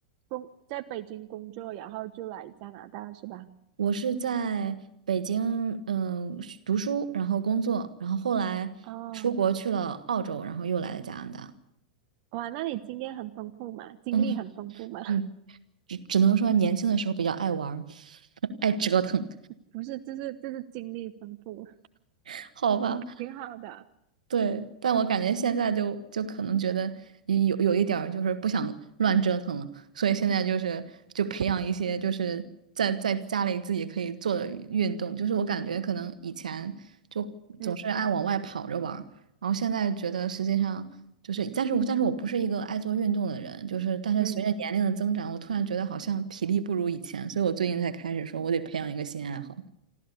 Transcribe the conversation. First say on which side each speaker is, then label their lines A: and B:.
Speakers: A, on the right; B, on the right.
A: 工在北京工作，然后就来加拿大是吧？
B: 我是在北京，嗯，是读书，然后工作，然后后来出国去了澳洲，
A: 哦，
B: 然后又来了加拿大。
A: 哇，那你经验很丰富嘛，经历很丰富嘛。
B: 嗯嗯，只只能说年轻的时候比较爱玩儿，<laughs> 爱折腾，
A: 不是，就是就是精力丰富，
B: <laughs> 好吧。
A: <laughs> 挺好的啊。
B: 对，但我感觉现在就就可能觉得有有一点儿就是不想乱折腾了，
A: 嗯
B: 所以现在就是就培养一些就是在在家里自己可以做的运动，就是我感觉可能以前就总是爱往外跑着玩儿，
A: 嗯
B: 然后现在觉得实际上就是，但是我但是我不是一个爱做运动的人，就是但是随着年龄的增长，
A: 嗯，
B: 我突然觉得好像体力不如以前，所以我最近才开始说我得培养一个新爱好。